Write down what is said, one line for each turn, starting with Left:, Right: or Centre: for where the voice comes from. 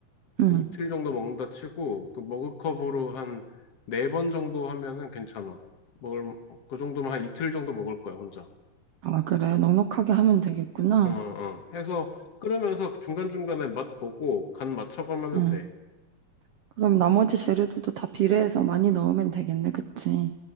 Right: 응.
Left: 한 이틀 정도 먹는다 치고, 그 먹을 컵으로 한 네 번 정도 하면은 괜찮아. 먹을, 그 정도면 한 이틀 정도 먹을 거야, 혼자.
Right: 아, 그래. 넉넉하게 하면 되겠구나.
Left: 어, 어. 해서 끓으면서 중간중간에 맛 보고 간 맞춰가면은
Right: 응.
Left: 돼.
Right: 그럼 나머지 재료들도 다 비례해서 많이 넣으면 되겠네, 그치?